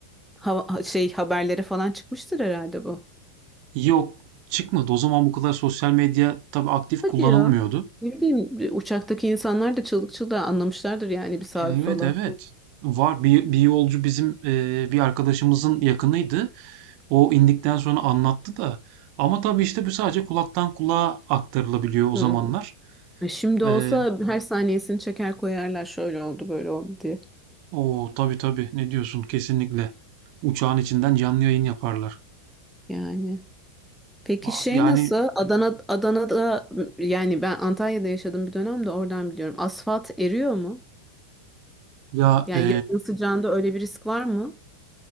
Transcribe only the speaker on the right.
Yok çıkmadı. O zaman bu kadar sosyal medya tabii aktif
kullanılmıyordu.
Evet
evet. Var bir, bir yolcu bizim e, bir arkadaşımızın yakınıydı. O indikten sonra anlattı da. Ama tabii işte bu sadece kulaktan kulağa aktarılabiliyor o
zamanlar.
E,
o tabii tabii ne diyorsun kesinlikle. Uçağın içinden canlı yayın yaparlar.
Aa,
Yani
ya
e,